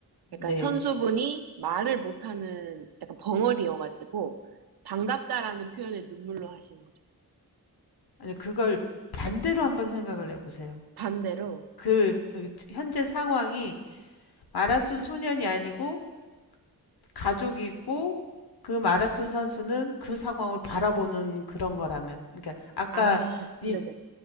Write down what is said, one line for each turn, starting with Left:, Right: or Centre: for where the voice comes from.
Left: 네.
Right: 약간 선수분이 말을 못하는 약간 벙어리여가지고, 반갑다라는 표현을 눈물로 하시는 거죠.
Left: 아니 그걸 반대로 한번 생각을 해보세요.
Right: 반대로,
Left: 그 현재 상황이 마라톤 소년이 아니고 가족이고 그 마라톤 선수는 그 상황을 바라보는 그런 거라면, 그러니까 아까
Right: 아,
Left: 니,
Right: 네네.